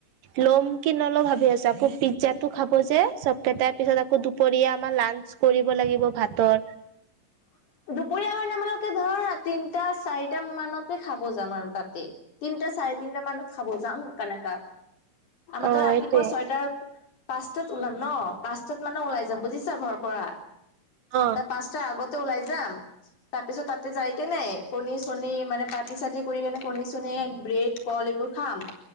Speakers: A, on the right; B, on the left.
A: ল'ম কি নল ভাবি আছো আকৌ পিজ্জাতটো খাব যে চব কেইটাই পিছত। আকৌ দুপৰীয়া আমাৰ লাঞ্চ কৰিব লাগিব ভাতৰ।
B: হয় দুপৰীয়া মে আমালোকে ধৰ তিনটা চাৰিটা মানতে খাব যাম আৰু তাতে তিন। টা চাৰে তিনিটা মানত খাব যাম কেনেকা আমাৰো
A: অ
B: ৰাতিপুৱা
A: এইটোৱে
B: ছয়টাৰ পাঁচটাত ওলাম ন পাঁচটাত মানে ওলাই যাম বুজিছা ঘৰৰ পৰা।
A: অ
B: ন পাঁচটা আগতে ওলাই যাম তাৰপিছত তাতে যাই কে নাই কণী ছণী মানে পাতি চাতি কৰি কেনে কণী চনী ব্ৰেড কল এইবোৰ খাম